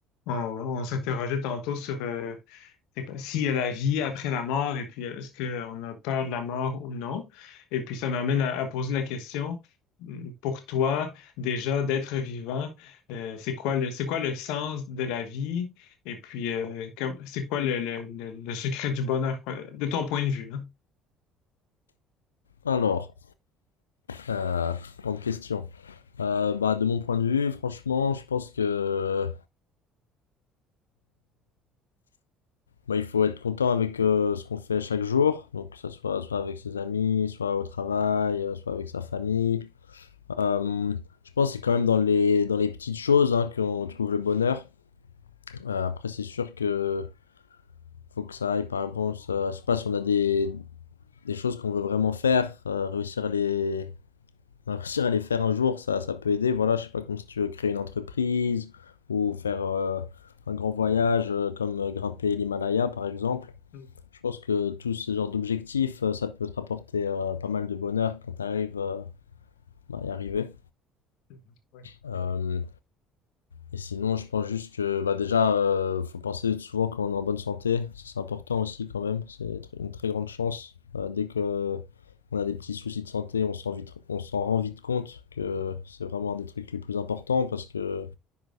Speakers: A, on the left (about 60°); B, on the left (about 80°).
A: On, on s'interrogeait tantôt sur euh, c'est quoi- s'il y a la vie après la mort et puis euh, est-ce qu'on a peur de la mort ou non. Et puis ça m'amène à, à poser la question, hum, pour toi, déjà d'être vivant, euh, c'est quoi le, c'est quoi le sens de la vie et puis euh, comme, c'est quoi le, le, le, le secret du bonheur, quoi, de ton point de vue, hein?
B: Alors, euh, grande question. Euh, bah, de mon point de vue, franchement, je pense que euh, bah, il faut être content avec euh, ce qu'on fait chaque jour, donc que ce soit soit avec ses amis, soit au travail, euh, soit avec sa famille. Euh, je pense que c'est quand même dans les dans les petites choses hein, qu'on trouve le bonheur. Euh, après, c'est sûr que faut que ça aille par exemple, ça, je sais pas si on a des des choses qu'on veut vraiment faire, euh, réussir à les Réussir à les faire un jour, ça, ça peut aider. Voilà, je sais pas, comme si tu veux créer une entreprise ou faire euh, un grand voyage euh, comme euh, grimper l'Himalaya par exemple.
A: Mhm,
B: Je pense
A: mhm,
B: que tous ces genres d'objectifs, euh, ça peut te rapporter euh, pas mal de bonheur quand tu arrives à y arriver.
A: mhm, Ouais,
B: Euh, Et sinon, je pense juste que bah déjà, euh, faut penser souvent quand on est en bonne santé. Ça, c'est important aussi quand même. C'est tr- une très grande chance. Euh, dès que on a des petits soucis de santé, on s'en vite, on s'en rend vite compte que
A: ouais.
B: c'est vraiment un des trucs les plus importants parce que